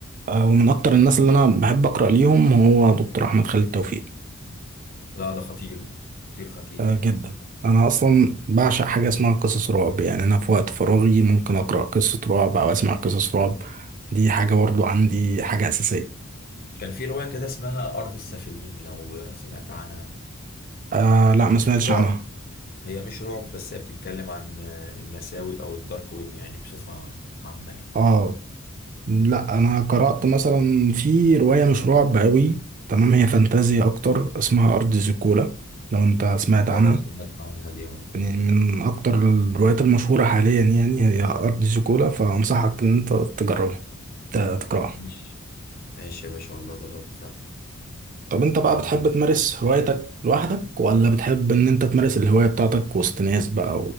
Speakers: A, on the right; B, on the left.
A: آه، ومن اكتر الناس اللي انا بحب اقرا ليهم هو دكتور احمد خالد توفيق
B: لا ده خطير خطير خطير
A: آه،
B: يعني
A: جدا انا اصلا بعشق حاجه اسمها قصص رعب يعني انا في وقت فراغي ممكن اقرا قصه رعب او اسمع قصص رعب دي حاجه برضو عندي حاجه اساسيه
B: كان في رواية كده اسمها أرض السافلين لو سمعت عنها
A: آه لا ما
B: مش
A: سمعتش
B: رعب
A: عنها
B: هي مش رعب بس هي بتتكلم عن المساوئ أو الدارك ويب يعني بصفة عامة يعني
A: اه لا انا قرأت مثلا في رواية مش رعب قوي تمام هي فانتازيا اكتر اسمها ارض زيكولا لو انت سمعت عنها
B: اه سمعت عنها دي اه
A: يعني من اكتر الروايات المشهورة حاليا يعني هي ارض زيكولا فانصحك ان انت تجربها ت- تقرأها
B: مش ماشي يا باشا والله جرب فعلا
A: طب انت بقى
B: أرض
A: بتحب تمارس هوايتك لوحدك ولا بتحب ان انت تمارس الهواية بتاعتك وسط ناس بقى